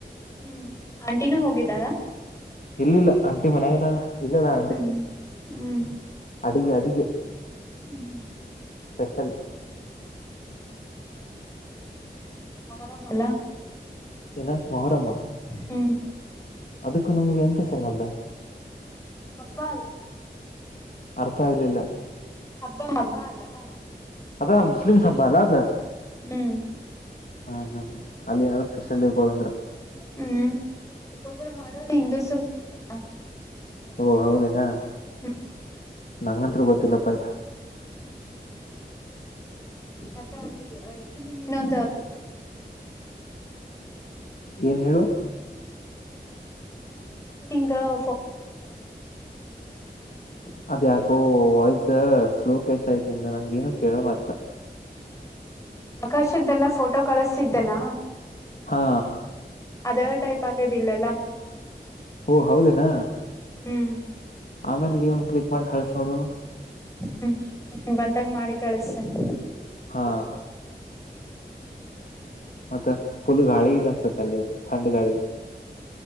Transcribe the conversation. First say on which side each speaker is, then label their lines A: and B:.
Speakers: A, on the left; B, on the left.
A: ಹ್ಮ್ ಅಂಟಿನೂ ಹೋಗಿದ್ದಾರಾ
B: ಇಲ್ಲಿಲ್ಲ ಅಂಟಿ ಮನ್ಯಾಗದಾಳ ಇಲ್ಲೆಅದಾಳ ಅಂಟಿ
A: ಹ್ಮ್ ಹ್ಮ್
B: ಅಡ್ಗೆ ಅಡ್ಗೆ
A: ಅಲ್ಲ
B: ಸ್ಪೆಷಲ್
A: ಅರಾಮಲ
B: ಏನು ಮೊಹರಮ
A: ಹ್ಮ್
B: ಅದಕ್ಕೂ ನಮಗೆ ಎಥ ಸಂಬಂಧ
A: ಬಲ್ಲ
B: ಅರ್ಥ ಆಗ್ಲಿಲ್ಲ
A: ಹಬ್ಬ ಹಬ್ಬ ಅಲ್ಲಾ
B: ಅದ ಮುಸ್ಲಿಮ ಸಬ್ಬ ಅಲ್ಲದು
A: ಹ
B: ಹ್ಮ್ ಹ್ಮ್ ಹ್ಮ್ ಅಲ್ಲಿ ಏನಾರರು ಸ್ಪೆಷಲ್ ಇರ್ಬೋದಂದ್ರರು
A: ಹ್ಮ್ ಒಬ್ಬೊಬ್ಬರು ಮಾಡೋ ಹಿಂದಸ ಮಾಡ್ತಾರ
B: ಓ ಹೌದೇನಾ
A: ಹ್ಮ್
B: ನಂಗಂತ್ರು ಗೊತ್ತಿಲ್ಲಪ್ಪಾಯ್ತಾ
A: ಹ್ಮ್ ಮತ್ತೆ ಅಲ್ಲಿ ಆಕ್ಚುಲಿ ನೀನೊಂದು ಇದ
B: ಏನ್ ಹೇಳು
A: ಹಂಗ ಫೋಟೋ ಕ <inaudible>
B: ಅದ್ಯಾಕೋ ವಾಯ್ಸ್ ಸ್ಲೋ ಕಸ್ ಆಯತ್ನಿಂದ ನಂಗೇಏನ ಕೇಳೋವ ಅತ
A: ಆಕಾಶದ್ದೆಲ್ಲ ಫೋಟೋ ಕಳಸ್ತಿದ್ದೆಲ್ಲ
B: ಹಾ
A: ಅದೇ ಟೈಪ್ ಅರದ ಇಿಲ್ಲ ಎಲ್ಲ ಮೂೋಡ
B: ಓ ಹೌದೇನಾ
A: ಹ್ಮ್
B: ಆಮೇಲೆ ನೀವ ಒಂದ್ ಕ್ಲಿಕ್ ಮಾಡಿ ಕಳ್ಸ ನೋಡುನು
A: ಹ್ಮ್ ಬಂದಂಗ ಮಾಡಿ ಕಳಿಸತೇನೆ
B: ಹಾ ಮತ್ತ ಫುಲ್ ಗಾಳಿ ಅನ್ಸತ್ತ ಅಲ್ಲಿ ತಾಂಡ್ ಗಾಳಿ